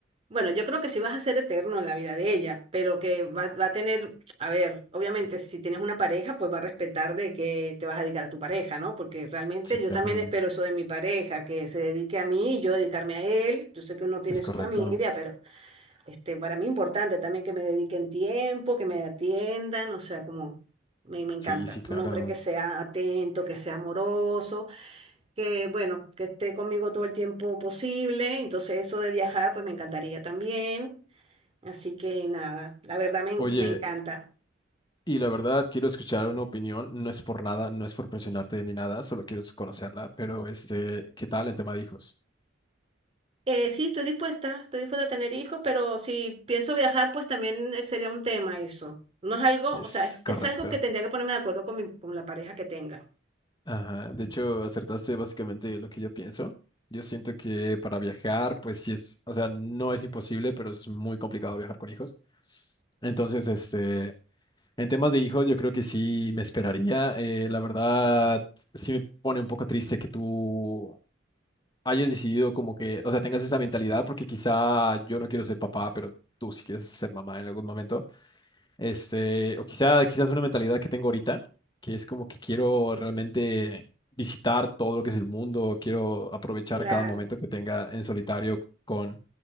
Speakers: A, on the right (about 30°); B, on the left (about 25°).
A: Bueno, yo creo que sí vas a ser eterno en la vida de ella, pero que va, va a tener, a ver, obviamente si tienes una pareja, pues va a respetar de que te vas a dedicar a tu pareja, ¿no? Porque realmente
B: sí,
A: yo
B: claro,
A: también espero eso de mi pareja, que se dedique a mí y yo dedicarme a él. Yo sé que uno tiene
B: es
A: su
B: correcto.
A: familia, pero este, para mí es importante también que me dediquen tiempo, que me atiendan, o sea, como me, me encanta.
B: Sí, sí, claro.
A: Un hombre que sea atento, que sea amoroso que bueno, que esté conmigo todo el tiempo posible. Entonces eso de viajar, pues me encantaría también. Así que nada, la verdad me, en-
B: Oye,
A: me encanta.
B: y la verdad, quiero escuchar una opinión. No es por nada, no es por presionarte ni nada, solo quiero conocerla, pero este, ¿qué tal en tema de hijos?
A: Eh, sí, estoy dispuesta, estoy dispuesta a tener hijos, pero si pienso viajar, pues también eh, sería un tema eso. No es algo,
B: Es
A: o sea, es,
B: correcto.
A: es algo que tendría que ponerme de acuerdo con mi- con la pareja que tenga.
B: Ajá, de hecho, acertaste básicamente lo que yo pienso. Yo siento que para viajar, pues sí es, o sea, no es imposible, pero es muy complicado viajar con hijos. Entonces, este, en temas de hijos, yo creo que sí me esperaría. Eh, la verdad, sí me pone un poco triste que tú hayas decidido como que, o sea, tengas esa mentalidad, porque quizá yo no quiero ser papá, pero tú sí quieres ser mamá en algún momento. Este, o quizá, quizás una mentalidad que tengo ahorita, que es como que quiero realmente visitar todo lo que es el mundo, quiero aprovechar
A: Claro,
B: cada momento que tenga en solitario con,